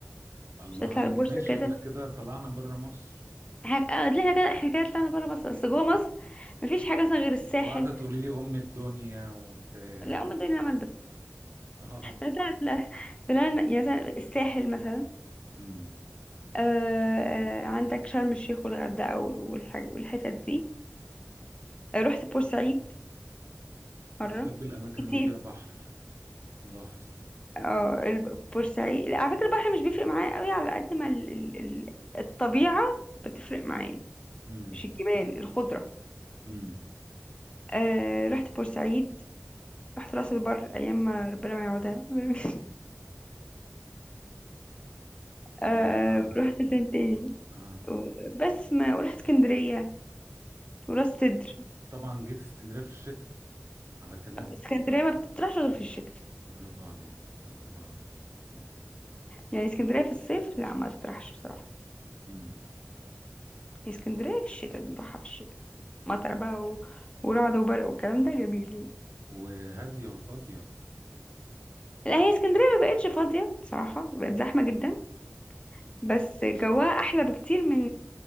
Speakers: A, on the right; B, on the left.
A: الله
B: مش هتطلع
A: عليك
B: البورصه
A: ماشي
B: كده
A: احنا كده طلعنا بره مصر
B: احنا آه، ليه كده احنا كده طلعنا بره مصر بس جوه مصر مفيش حاجه مثلا غير الساحل
A: وقاعدة تقولي لي أم الدنيا وبتاع
B: لا هم دول اللي انا
A: اه
B: مثلا لا بلان يعني مثلا الساحل مثلا
A: امم
B: آه آه، عندك شرم الشيخ والغردقة والحاج- والحتت دي آه، رحت بورسعيد مرة
A: بتحب الأماكن
B: كتير
A: اللي فيها بحر ملاحظ كده
B: اه الب- بورسعيد لا، على فكرة البحر مش بيفرق معايا قوي على قد ما ال... ال... ال- الطبيعة بتفرق معايا
A: امم
B: مش الجبال الخضرة
A: امم
B: آه رحت بورسعيد رحت راس البر أيام ما ربنا ما يعودها <laughs> آه
A: توقعتك
B: رحت فين تاني
A: اه
B: و- بس ما ورحت اسكندرية وراس سدر
A: طبعا جيت اسكندرية في الشتاء على كلامك
B: اسكندرية ما بتطرحش غير في الشتاء
A: برافو عليك برافو عليك
B: يعني اسكندرية في الصيف لا ما تطرحش بصراحة
A: امم
B: هي اسكندرية في الشتاء بنروحها في الشتاء مطر بقى و... ورعد وبرق والكلام ده جميل
A: وهادية وفاضية
B: لا هي اسكندرية ما بقتش فاضية بصراحة بقت زحمة جدا
A: مم.
B: بس جواها أحلى بكتير من